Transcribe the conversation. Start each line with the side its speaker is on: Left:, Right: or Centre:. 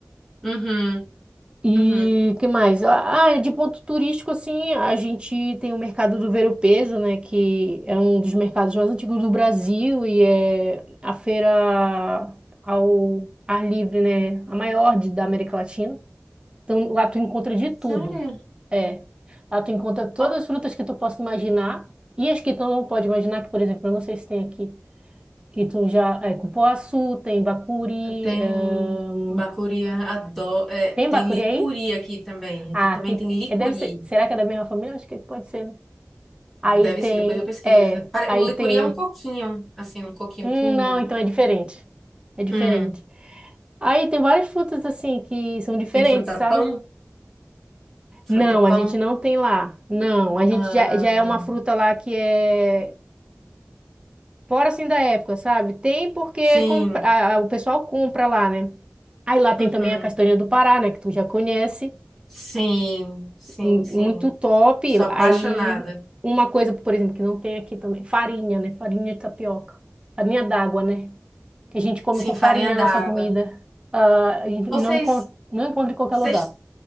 Centre: Uhum.
Right: E
Centre: Uhum.
Right: que mais? Ah, ah, de ponto turístico, assim, a gente tem o mercado do Ver-o-Peso, né? Que é um dos mercados mais antigos do Brasil e é a feira ao ar livre, né? A maior de- da América Latina. Então, lá tu encontra de tudo.
Centre: Sério?
Right: É. Lá tu encontra todas
Centre: Ó,
Right: as frutas que tu possa imaginar e as que tu não pode imaginar, que, por exemplo, eu não sei se tem aqui, que tu já... É cupuaçu, tem bacuri...
Centre: tem
Right: eh,
Centre: bacuri adoro. É,
Right: Tem
Centre: tem
Right: bacuri
Centre: Licuri
Right: aí?
Centre: aqui também.
Right: Ah,
Centre: Aqui também
Right: aqui
Centre: tem Licuri.
Right: é, deve ser. Será que é da mesma família? Acho que pode ser, né? Aí
Centre: Deve
Right: tem.
Centre: ser, depois eu pesquiso.
Right: É,
Centre: Pare-
Right: aí
Centre: O Licuri
Right: tem.
Centre: é um coquinho, assim, um coquinho
Right: Hum,
Centre: pequenininho.
Right: não, então é diferente. É diferente.
Centre: Hum,
Right: Aí tem várias frutas assim que são diferentes,
Centre: tem fruta-pão,
Right: sabe?
Centre: fruta-pão.
Right: Não, a gente não tem lá. Não, a gente
Centre: Ah,
Right: já, já é uma fruta lá que é fora assim da época, sabe? Tem porque
Centre: sim,
Right: compra, a- a- o pessoal compra lá, né? Aí lá tem
Centre: uhum.
Right: também a castanha do Pará, né? Que tu já conhece.
Centre: Sim, sim,
Right: m-
Centre: sim.
Right: muito top.
Centre: Sou apaixonada.
Right: Aí, uma coisa, por exemplo, que não tem aqui também, farinha, né? Farinha de tapioca. Farinha d'água, né? Que a gente come
Centre: Sim,
Right: com farinha
Centre: farinha d'água.
Right: na nossa comida. Ah, e
Centre: Vocês,
Right: não encontra, não encontra em qualquer
Centre: vocês,
Right: lugar.